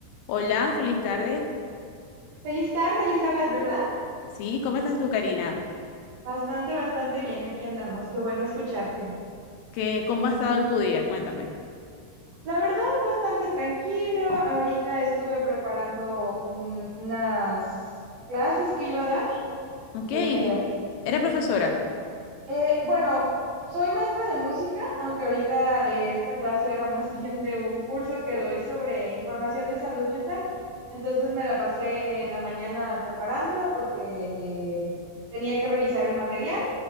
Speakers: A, on the left; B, on the right.
A: Hola, feliz tarde.
B: Feliz tarde, Elizabeth, ¿verdad?
A: Sí, ¿cómo estás tú, Karina?
B: Bastante, bastante bien, aquí andamos. Qué bueno escucharte.
A: ¿Qué, cómo ha estado tu día? Cuéntame.
B: La verdad, bastante tranquilo. Ahorita estuve preparando un- unas clases que iba a dar.
A: Ok,
B: Eh,
A: y- eres profesora.
B: eh, bueno, soy maestra de música, aunque ahorita eh, esta clase era más <laughs> bien de un curso que doy sobre información de salud mental. Entonces me la pasé eh, la mañana preparándola porque eh, tenía que revisar el material.